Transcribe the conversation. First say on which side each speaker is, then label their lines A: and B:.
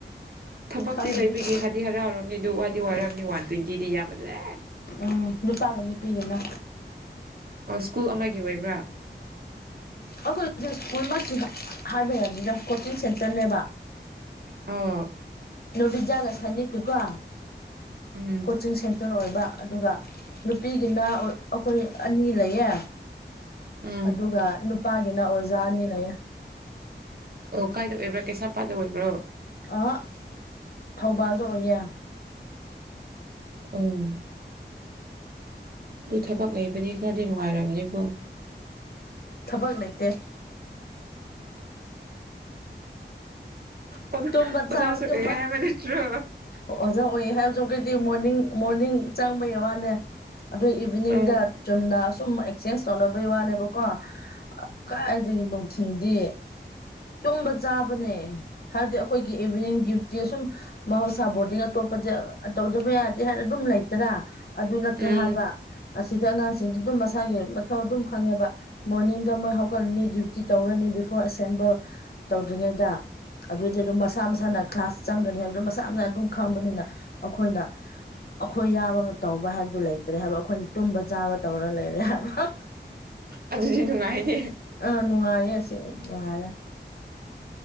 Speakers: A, on the right (about 55°); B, on the left (about 55°).
A: ꯊꯕꯛꯇꯤ
B: ꯈꯪꯗꯦꯗ
A: ꯂꯩꯕꯒꯤ ꯍꯠ ꯗꯤ ꯍꯔꯥꯎꯔꯝꯅꯤ ꯗꯨ ꯋꯥꯗꯤ ꯋꯥꯔꯝꯅꯤ ꯋꯥꯟ ꯇ꯭ꯋꯦꯟꯇꯤꯗꯤ ꯌꯥꯝꯃꯜꯂꯦ
B: ꯎꯝ ꯅꯨꯄꯥꯒ ꯅꯨꯄꯤꯒꯅ
A: ꯑꯣ ꯁ꯭ꯀꯨꯜ ꯑꯃꯒꯤ ꯑꯣꯏꯕ꯭ꯔꯥ
B: ꯑꯩꯈꯣꯏꯗꯨ ꯁ꯭ꯀꯨꯜꯃꯛꯇꯤ ꯍꯥ ꯍꯥꯏꯕ ꯌꯥꯗꯦꯗ ꯀꯣꯆꯤꯡ ꯁꯦꯟꯇꯔꯅꯦꯕ
A: ꯑꯣ
B: ꯅꯣꯚꯗ꯭ꯌꯥꯒ ꯁꯥꯏꯅꯤꯡꯀꯀꯣ
A: ꯎꯝ
B: ꯀꯣꯆꯤꯡ ꯁꯦꯟꯇꯔ ꯑꯣꯏꯕ ꯑꯗꯨꯒ ꯅꯨꯄꯤꯒꯤꯅ ꯑꯩꯈꯣꯏ ꯑꯅꯤ ꯂꯩꯌꯦ
A: ꯎꯝ
B: ꯑꯗꯨꯒ ꯅꯨꯄꯥꯒꯤꯅ ꯑꯣꯖꯥ ꯑꯅꯤ ꯂꯩꯌꯦ
A: ꯑꯣ ꯀꯥꯏꯗ ꯑꯣꯏꯕ꯭ꯔꯥ ꯀꯩꯁꯥꯝꯄꯥꯠꯇ ꯑꯣꯏꯕ꯭ꯔꯣ
B: ꯑꯍꯥ ꯊꯧꯕꯥꯜꯗ ꯑꯣꯏꯌꯦ
A: ꯑꯣ ꯗꯨ ꯊꯕꯛ ꯂꯩꯕꯗꯤ ꯈꯔꯗꯤ ꯅꯨꯡꯉꯥꯏꯔꯝꯅꯤꯀꯣ
B: ꯊꯕꯛ ꯂꯩꯇꯦ
A: ꯑꯣꯖ
B: ꯇꯨꯝꯕ ꯆꯥꯕ
A: ꯑꯣꯖꯁꯨ
B: ꯇꯨꯝꯕ
A: ꯑꯣꯏꯌꯦ ꯍꯥꯏꯕ ꯅꯠꯇ꯭ꯔꯣ
B: ꯑꯣꯖꯥ ꯑꯣꯏꯌꯦ ꯍꯥꯏꯕꯁꯨ ꯈꯣꯏꯗꯤ ꯃꯣꯔꯅꯤꯡ ꯃꯣꯔꯅꯤꯡ ꯆꯪꯕꯩ ꯋꯥꯅꯦ ꯑꯗꯨ ꯏꯚꯤꯅꯤꯡꯗ
A: ꯎꯝ
B: ꯆꯨꯝꯅ ꯑꯁꯨꯝ ꯑꯦꯛꯆꯦꯟꯁ ꯇꯧꯅꯕꯒꯤ ꯋꯥꯅꯦꯕꯀꯣ ꯀꯥꯏꯗꯒꯤ ꯅꯨꯡꯊꯤꯟꯗꯤ ꯇꯨꯝꯕ ꯆꯥꯕꯅꯦ ꯍꯥꯏꯕꯗꯤ ꯑꯩꯈꯣꯏꯒꯤ ꯏꯚꯤꯅꯤꯡ ꯗ꯭ꯌꯨꯇꯤ ꯁꯨꯝ ꯃꯍꯧꯁꯥ ꯕꯣꯔꯗꯤꯡ ꯑꯇꯣꯞꯄꯗꯤ ꯇꯧꯗꯕ ꯌꯥꯗꯦ ꯍꯥꯏꯔ ꯑꯗꯨꯝ ꯂꯩꯇꯔꯥ ꯑꯗꯨ ꯅꯠꯇꯦ
A: ꯎꯝ
B: ꯍꯥꯏꯕ ꯑꯁꯤꯗ ꯑꯉꯥꯡꯁꯤꯡꯗꯤ ꯗꯨꯝ ꯃꯁꯥꯒꯤ ꯃꯊꯧ ꯗꯨꯝ ꯈꯪꯉꯦꯕ ꯃꯣꯔꯅꯤꯡꯗ ꯃꯣꯏ ꯍꯧꯒꯠꯂꯅꯤ ꯗ꯭ꯌꯨꯇꯤ ꯇꯧꯔꯅꯤ ꯕꯤꯐꯣꯔ ꯑꯦꯁꯦꯝꯕꯜ ꯇꯧꯗ꯭ꯔꯤꯉꯩꯗ ꯑꯗꯨꯗꯤ ꯑꯗꯨꯝ ꯃꯁꯥ ꯃꯁꯥꯅ ꯀ꯭ꯂꯥꯁ ꯆꯪꯒꯅꯤ ꯍꯥꯏꯕꯗꯨ ꯃꯁꯥ ꯃꯁꯥ ꯑꯗꯨꯝ ꯈꯪꯕꯅꯤꯅ ꯑꯩꯈꯣꯏꯅ ꯑꯩꯈꯣꯏ ꯌꯥꯎꯔꯒ ꯇꯧꯕ ꯍꯥꯏꯕꯗꯨ ꯂꯩꯇ꯭ꯔꯦ ꯍꯥꯏꯕ ꯑꯩꯈꯣꯏꯅ ꯇꯨꯝꯕ ꯆꯥꯕ ꯇꯧꯔꯒ ꯂꯩꯔꯦ ꯍꯥꯏꯕ
A: ꯑꯗꯨꯗꯤ ꯅꯨꯡꯉꯥꯏꯅꯤ
B: ꯑꯥ ꯅꯨꯡꯉꯥꯏꯌꯦ ꯑꯁꯤ ꯅꯨꯡꯉꯥꯏꯌꯦ